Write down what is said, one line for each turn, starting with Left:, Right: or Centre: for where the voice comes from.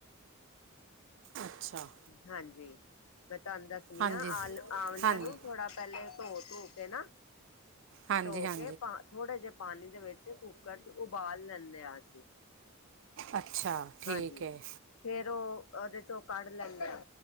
Right: ਅੱਛਾ।
Left: ਹਾਂਜੀ। ਮੈਂ ਤਾਨੂੰ ਦੱਸਣੀ
Right: ਹਾਂਜੀ
Left: ਆਂ, ਆਲ-ਆਂਵਲਿਆਂ
Right: ਹਾਂਜੀ
Left: ਨੂੰ ਥੋੜਾ ਪੈਲੇ ਧੋ-ਧੋ ਕੇ ਨਾ
Right: ਹਾਂਜੀ
Left: ਧੋ
Right: -ਹਾਂ
Left: ਕੇ ਪਾ ਥੋੜੇ ਜੇ ਪਾਣੀ ਦੇ ਵਿੱਚ ਕੁੱਕਰ ਚ ਉਬਾਲ ਲੈਂਦੇ ਆ ਅਸੀਂ।
Right: ਅੱਛਾ। ਠੀਕ
Left: ਹਾਂਜੀ।
Right: ਹੈ
Left: ਫੇਰ ਓ ਓਦੇ ਚੋਂ ਕੱਢ ਲੈਂਦੇ ਆ,